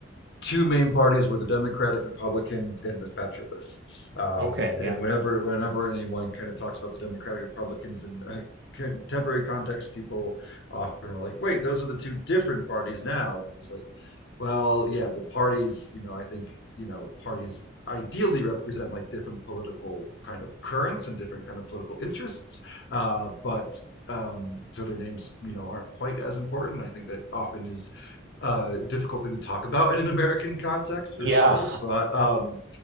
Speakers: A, on the left (about 60°); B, on the right (about 60°).
A: two main parties were the Democratic Republicans and the Federalists. Um,
B: okay
A: and
B: yeah
A: whenever whenever anyone kind of talks about the Democratic Republicans in a contemporary context, people often are like, "Wait, those are the two different parties now." And it's like, well, yeah, the parties, you know, I think, you know, parties ideally represent like different political kind of currents and different kind of political interests, uh, but um, so their names, you know, aren't quite as important. I think that often is uh, difficult thing to talk about in an American context for
B: yeah
A: sure. But um,